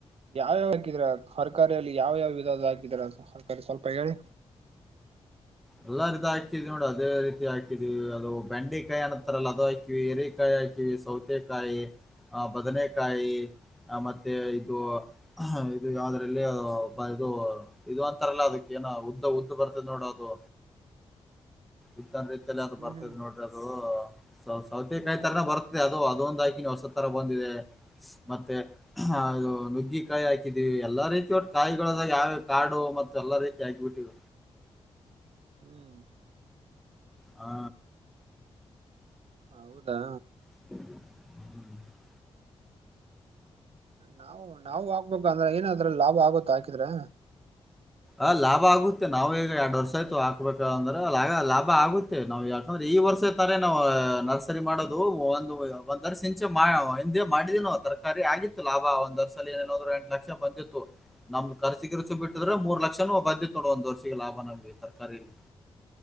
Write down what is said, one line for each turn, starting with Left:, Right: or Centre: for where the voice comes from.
Right: ಯಾವ ಯಾವ ಹಾಕಿದರ ತರ್ಕಾರಿಯಲ್ಲಿ ಯಾವ ಯಾವ್ ವಿಧದ ಹಾಕಿದಿರ ತರ್ಕಾರಿ ಸ್ವಲ್ಪ ಹೇಳಿ
Centre: ಎಲ್ಲಾ ರೀದ್ ಹಾಕಿದ್ವಿ ನೋಡಿ ಅದೇ ರೀತಿ ಹಾಕಿದೀವಿ ಅದು ಬೆಂಡೆ ಕಾಯಿ ಅನ್ನತ್ತಾರಲ್ಲ ಅದು ಹಾಕಿವಿ ಎರಿಕಾಯಿ ಹಾ ಇ ಸೌತೆಕಾಯಿ ಆ ಬದನೆಕಾಯಿ ಆ ಮತ್ತೆ ಇದು ಆ ಇದು ಯಾದ್ರಲ್ಲಿ ಬ ಇದು ಇದು ಒಂತರಲ್ಲ ಅದಕ್ಕ ಏನ ಉದ್ದ ಉದ್ದ ಬರ್ತದ್ ನೋಡದು. ಇದ್ದಂದ ರೀತಿಯಲ್ಲಿ ಅದು
Right: ಹ್ಮ್
Centre: ಬರ್ತದ್
Right: ಹ್ಮ್
Centre: ನೋಡ್ರಿ ಅದು ಸೌ ಸೌತೆಕಾಯಿ ತರನೆ ಬರುತ್ತೆ ಅದು ಅದೊಂದು ಹಾಕಿನಿ ಹೊಸ ತರ ಬಂದಿದೆ ಮತ್ತೆ ಹದು ನುಗ್ಗಿ ಕಾಯಿ ಹಾಕಿದೀವಿ ಎಲ್ಲಾ ರೀತಿ ಒಟ್ಟ ಕಾಯಿಗಳದಾಗ ಯಾವ ಕಾಡು ಮತ್ತ್ ಎಲ್ಲಾ ರೀತಿ ಹಾಕಿಬಿಟ್ಟಿವ್.
Right: ಹ್ಮ್
Centre: ಹಾ
Right: ಹೌದಾ
Centre: ಹ್ಮ್ಮ್
Right: ನಾವು ನಾವು ಹಾಕ್ಬೇಕ ಅಂದ್ರೆ ಏನದ್ರಲ್ ಲಾಭ ಆಗುತ್ತ ಹಾಕಿದ್ರೆ.
Centre: ಅ ಲಾಭ ಆಗುತ್ತೆ ನಾವ್ ಈಗ ಎರಡು ವರ್ಷ ಆಯ್ತು ಹಾಕ್ಬೇಕ ಅಂದ್ರೆ ಲಾಗ ಲಾಭ ಆಗು ನಾವ್ ಯಾಕಂದ್ರೆ ಈ ವರ್ಷ ಇರ್ತಾರೆ ನಾವು ನರ್ಸರಿ ಮಾಡೋದು ಒನ್ ಒಂದ್ ವರ್ಶ ಹಿಂದೆ ಮಾಡಿದೀನೋ ತರಕಾರಿ ಆಗಿತ್ತು ಲಾಭ ಒಂದ ವರ್ಸಲಿ ಏನೇನಾದ್ರರು ಎಂಟು ಲಕ್ಷ ಬಂದಿತ್ತು. ನಮ್ ಕರ್ಸಿ ಗಿರ್ಸಿ ಬಿಟ್ಟಿದ್ರೆ
Right: ಹ್ಮ್
Centre: ಮೂರ್ ಲಕ್ಷನೋ ಬಂದಿತ್ತ್ ತಗೋ ಒಂದ್ ವರ್ಷಿಗೆ ಲಾಭ ನಮಗೆ ತರ್ಕಾರಿಲ್.